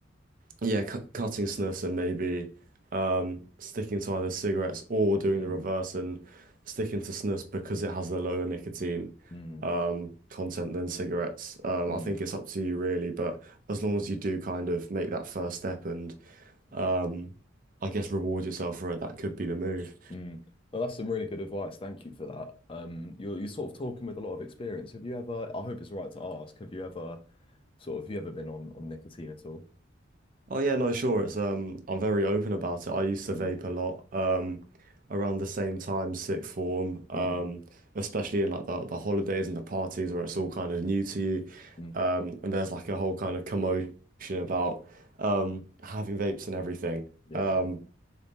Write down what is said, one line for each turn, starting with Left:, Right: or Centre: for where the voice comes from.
Right: Yeah, cu- cutting snus and maybe sticking to either cigarettes or doing
Left: mm,
Right: the reverse and sticking to snus because it has the lower nicotine
Left: mm,
Right: um, content than cigarettes. Um,
Left: mm,
Right: I think it's up to you really, but as long as you do kind of make that first step and um, I guess reward yourself for it, that could be the move.
Left: mm. Well, that's some really good advice. Thank you for that. Um, you're you're sort of talking with a lot of experience. Have you ever, I hope it's all right to ask, have you ever sort of, have you ever been on on nicotine at all?
Right: Oh yeah, no, sure. It's um, I'm very open about it. I used to
Left: Mm,
Right: vape a lot, um, around the same time, sixth form, um,
Left: mm,
Right: especially in like the, the holidays and the parties where it's all kind of new to you,
Left: mm,
Right: um, and there's like a whole kind of commotion about um having vapes and everything.
Left: yeah.
Right: Um,